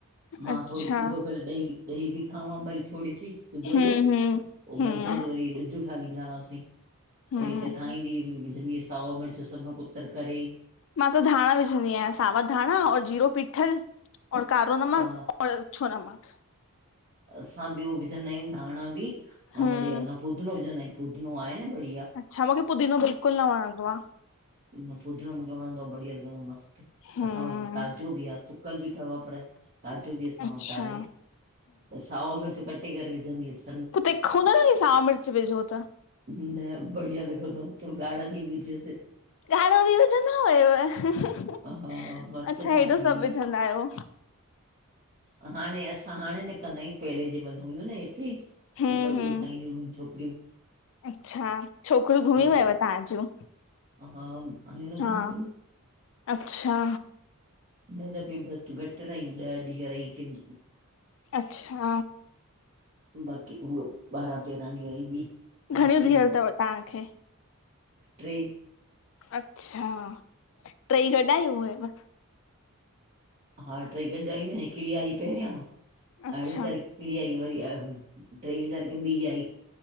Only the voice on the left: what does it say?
अच्छा
हम्म
हम्म
हम्म
हम्म
मा त धाणा विझंदी आहिया। सावा धाणा, जीरो पीठल और कारो नमक
अउं अच्छो नमक।
हम्म
छा मूखे फुदीनो बिल्कुल न वणदो आ।
हम्म
अच्छा
त तीखो न साओ मिर्च विझो त
गाड़ो भी विझंदा हुयव।
अच्छा,
हेॾो सभु विझंदा आयो।
हम्म
हम्म
अच्छा। छोकरियूं घुमी वयव
तव्हां जूं?
हा अच्छा।
अच्छा।
घणियूं
धीअरूं
अथव तव्हांखे
अच्छा। टई गॾ आयू हुयव?
अच्छा